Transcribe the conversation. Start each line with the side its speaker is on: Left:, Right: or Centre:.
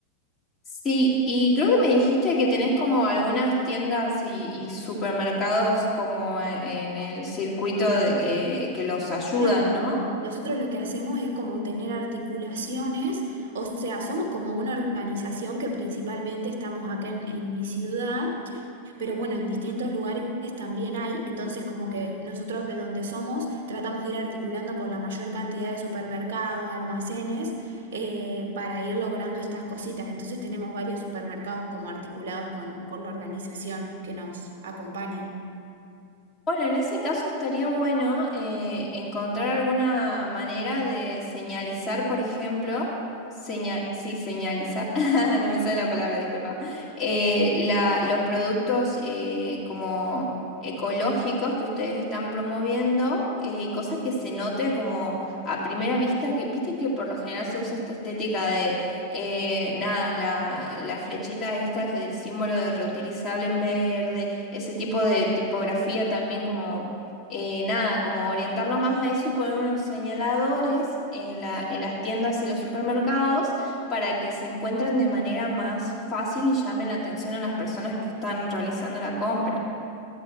Left: Sí, y creo que me dijiste que tenés como algunas tiendas y, y supermercados como en, en el circuito de- que que los ayudan,
Right: Claro,
Left: ¿no?
Right: nosotros lo que hacemos es como tener articulaciones, o sea, somos como una organización que principalmente estamos acá en en mi ciudad. Pero bueno, en distintos lugares también hay, entonces como que nosotros de donde somos tratamos de ir articulando con la mayor cantidad de supermercados, almacenes, eh, para ir logrando estas cositas. Entonces tenemos varios supermercados como articulados con, con la organización que nos acompañan.
Left: Bueno, en ese caso estaría bueno eh, encontrar alguna manera de señalizar, por ejemplo, señal, sí, señalizar, <laughs> no me sale la palabra, disculpa, eh, la, los productos eh, como ecológicos que ustedes están promoviendo, eh, cosa que se note como a primera vista, que viste que por lo general se usa esta estética de, eh, nada, la, la flechita esta que del símbolo de reutilizable en verde ese tipo de tipografía también como, eh, nada, como orientarlo más a eso y poner unos señaladores en la, en las tiendas y los supermercados para que se encuentren de manera más fácil y llamen la atención a las personas que están realizando la compra.